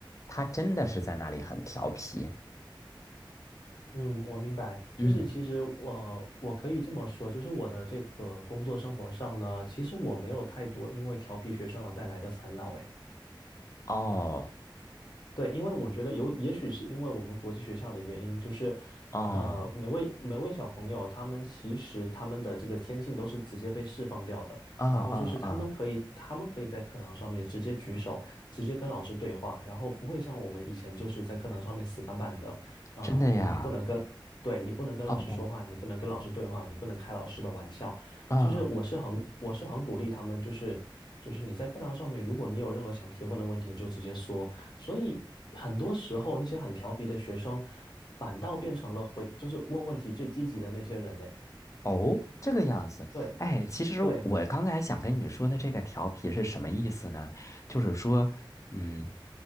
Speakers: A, on the left (about 35°); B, on the left (about 60°).
A: 他真的是在那里很调皮。
B: 嗯，我明白。就是其实我我可以这么说，
A: 嗯，
B: 就是我的这个工作生活上呢，其实我没有太多因为调皮学生而带来的烦恼。诶。
A: 哦，
B: 对，因为我觉得有，也许是因为我们国际学校的原因，就是，
A: 哦，
B: 呃，每位每位小朋友，他们其实他们的这个天性都是直接被释放掉的，
A: 啊啊啊，
B: 然后就是他们可以，他们可以在课堂上面直接举手，直接跟老师对话，然后不会像我们以前就是在课堂上面死板板的，啊、
A: 真的呀，
B: 你不能跟，对，你不能跟老师说话，
A: 哦
B: 你不能跟老师对话，你不能开老师的玩笑，
A: 啊。
B: 就是我是很我是很鼓励他们，就是就是你在课堂上面，如果你有任何想提问的问题，你就直接说。所以很多时候那些很调皮的学生，反倒变成了回，就是问问题最积极的那些人嘞。
A: 哦，这个样子，
B: 对
A: 哎，其实我刚才想跟你说的这个调皮是什么意思呢？
B: 对，
A: 就是说，嗯，